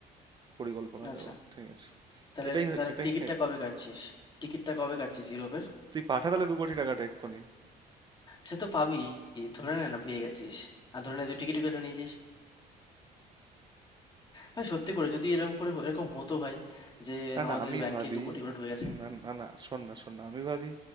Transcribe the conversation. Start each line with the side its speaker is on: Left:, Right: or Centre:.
Right: পরিকল্পনা
Left: আচ্ছা
Right: নেব ঠিক আছে
Left: তাহলে
Right: এটাই হয়-
Left: তাহলে
Right: এটাই
Left: টিকিটটা
Right: হ্যাঁ
Left: কবে কাটছিস টিকিটটা কবে কাটছিস ইউরোপের
Right: তুই পাঠা তাহলে দু কোটি টাকাটা এক্ষুনি
Left: সে তো পাবি ধরে নে না পেয়ে গেছিস আর ধরে নে তুই টিকিটও কেটে নিয়েছিস ভাই সত্যি করে যদি এরকম করে এরকম হতো ভাই যে
Right: না,
Left: আমাদের
Right: না, আমি
Left: ব্যাংকে
Right: ভাবি
Left: দু কোটি করে ঢুকে গেছে
Right: না, না, না, শোন না, শোন না, আমি ভাবি